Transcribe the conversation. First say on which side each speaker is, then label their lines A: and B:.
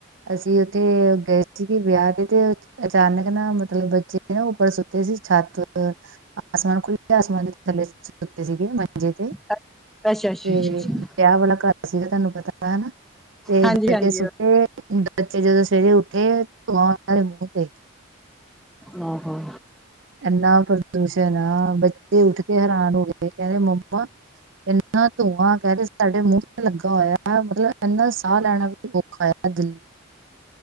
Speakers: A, on the right; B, in the centre.
A: ਅਸੀਂ ਉੱਥੇ ਗਏ ਸੀਗੇ ਵਿਆਹ ਤੇ ਅਚਾਨਕ ਨਾ ਮਤਲਬ ਬੱਚੇ ਨਾ ਉੱਪਰ ਸੁੱਤੇ ਸੀ ਛੱਤ ਆਸਮਾਨ ਖੁੱਲ ਆਸਮਾਨ ਦੇ ਥੱਲੇ ਸੁੱਤੇ ਸੀਗੇ ਮੰਜੇ ਤੇ
B: ਅੱਛਾ ਅੱਛਾ ਅੱਛਾ
A: ਤੇ ਵਿਆਹ ਵਾਲਾ ਘਰ ਸੀਗਾ ਤੁਹਾਨੂੰ ਪਤਾ ਹਨਾ, ਤੇ
B: ਹਾਂਜੀ
A: ਬੱਚੇ
B: ਹਾਂਜੀ
A: ਸੁੱਟੇ ਬੱਚੇ ਜਦੋਂ ਸਵੇਰੇ ਉੱਠੇ ਧੂੰਆ ਉਹਨਾਂ ਦੇ ਮੂੰਹ ਤੇ।
B: ਆ ਹਾਂ,
A: ਇੰਨਾ ਪ੍ਰਦੂਸ਼ਣ ਬੱਚੇ ਉੱਠ ਕੇ ਹੈਰਾਨ ਹੋ ਗਏ ਕਹਿੰਦੇ ਮੰਮਾ, ਇੰਨਾ ਧੂੰਆਂ ਕਹਿਦੇ ਸਾਡੇ ਮੂੰਹ ਤੇ ਲੱਗਾ ਹੋਇਆ ਮਤਲਬ ਇੰਨਾ ਸਾਹ ਲੈਣਾ ਵੀ ਔਖਾ ਆ ਦਿਲੀ